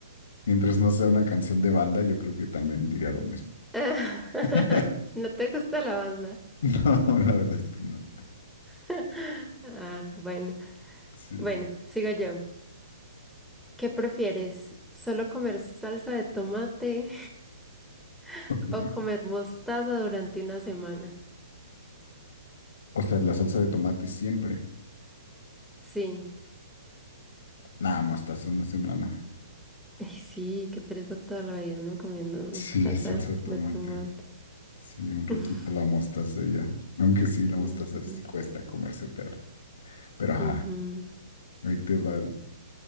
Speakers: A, on the left (about 60°); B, in the centre.
A: Mientras no sea una canción de banda, yo creo que también diría lo mismo.
B: <laughs>
A: <laughs>
B: ¿No te gusta la banda?
A: No, la verdad es que no.
B: <laughs> Ah, bueno.
A: Sí,
B: Bueno,
A: sí. sí.
B: sigo yo. ¿Qué prefieres? ¿Solo comer salsa de tomate <laughs>
A: Ok.
B: o comer mostaza durante una semana?
A: O sea, la salsa de tomate siempre.
B: Sí.
A: Nada, mostaza una semana.
B: <laughs> Ay, sí, qué pereza toda la vida, ¿no? Comiendo
A: Sí,
B: salsa
A: salsa de tomate.
B: de tomate.
A: Sí, un ratito
B: <laughs>
A: la mostaza y ya. Aunque sí, la mostaza
B: Ujú,
A: sí cuesta comerse, pero, pero ajá.
B: ujú.
A: Ahí te va.